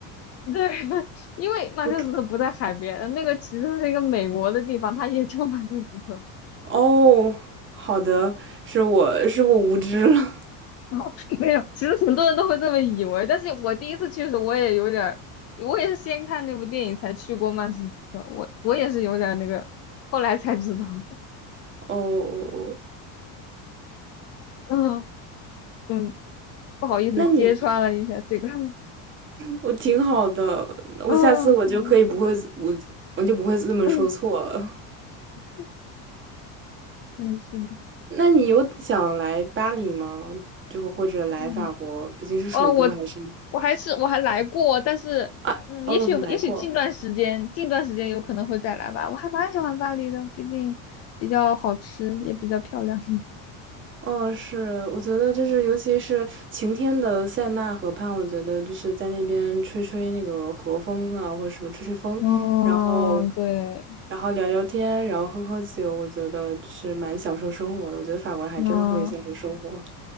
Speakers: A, on the left (about 40°); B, on the right (about 30°).
A: 对，<laughs> 因为曼彻斯特不在海边，
B: OK。
A: 呃那个其实是一个美国的地方，它也叫曼彻斯特。
B: 哦，好的，是我是我无知了。
A: <laughs> 没有，其实很多人都会这么以为，但是我第一次去的时候，我也有点儿，我也是先看那部电影才去过曼彻斯特，我我也是有点儿那个，后来才知道，<laughs>
B: 哦，
A: 嗯嗯，不好意思揭穿了一下这个，
B: 那你
A: <laughs>
B: 我挺好的，我下次我就可以不会我我就不会这么说错了。
A: 嗯，不好意思，<laughs> 嗯，真是的，
B: 那你有想来巴黎吗？就或者来法国，
A: 嗯。
B: 毕竟是首都，
A: 哦，我
B: 还是
A: 我还是我还来过，但是嗯，
B: 啊？哦，
A: 也许也许近段时间近段时间有可能会再来吧。
B: 你来过。
A: 我还蛮喜欢巴黎的，毕竟比较好吃，也比较漂亮。<laughs>
B: 哦，是，我觉得就是尤其是晴天的塞纳河畔，我觉得就是在那边吹吹那个和风啊，或者什么吹吹风，
A: 嗯，
B: 然后
A: 对，
B: 然后聊聊天，然后喝喝酒，我觉得就是蛮享受生活的。我觉得法国人还真的会享受生活。
A: 嗯